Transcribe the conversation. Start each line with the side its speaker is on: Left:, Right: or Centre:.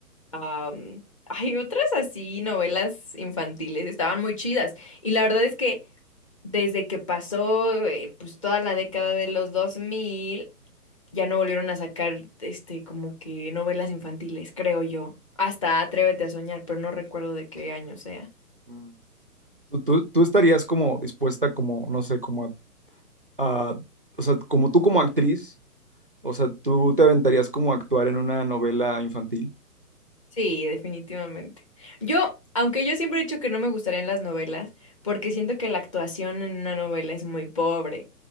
Left: am, hay otras así, novelas infantiles, estaban muy chidas. Y la verdad es que desde que pasó eh, pues toda la década de los 2000, ya no volvieron a sacar este como que novelas infantiles, creo yo. Hasta Atrévete a soñar, pero no recuerdo de qué año sea.
Right: Mm. ¿Tú, tú- tú estarías como dispuesta, como, no sé, como a a o sea, como tú como actriz, O sea, ¿tú te aventarías como a actuar en una novela infantil?
Left: Sí, definitivamente. Yo, aunque yo siempre he dicho que no me gustarían las novelas, porque siento que la actuación en una novela es muy pobre.